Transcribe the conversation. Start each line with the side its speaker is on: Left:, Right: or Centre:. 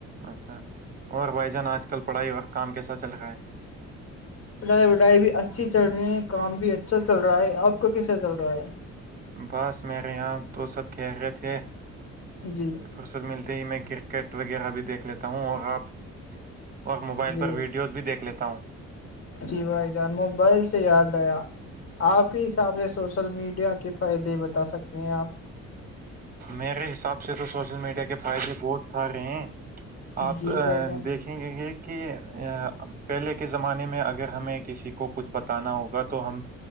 Right: اچھا اور بھائی جان آج کل پڑھائی اور کام کیسا چل رہا ہے
Left: پڑھائی وڑھائی بھی اچھی چل رہی ہے کام بھی اچھا چل رہا ہے آپ کا کیسا چل رہا ہے
Right: ہے بس میرے یہاں تو سب خیریت ھے
Left: جی
Right: فرصت ملتی ہی میں کرکٹ وغیرہ بھی دیکھ لیتا ہوں اور آپ اور موبائل
Left: جی
Right: پر ویڈیوز بھی دیکھ لیتا ہوں
Left: جی بھائی جان موبائل سے یاد آیا آپ کے حساب سے سوشل میڈیا کے فائدے بتا سکتے ہیں آپ
Right: میرے حساب سے تو سوشل میڈیا کے فائدے بہت سارے ہیں آپ
Left: جی بھائی جان
Right: دیکھے یہ کہ پہلے کے زمانے میں اگر ہمیں کسی کو کچھ بتانا ہوگا تو ہم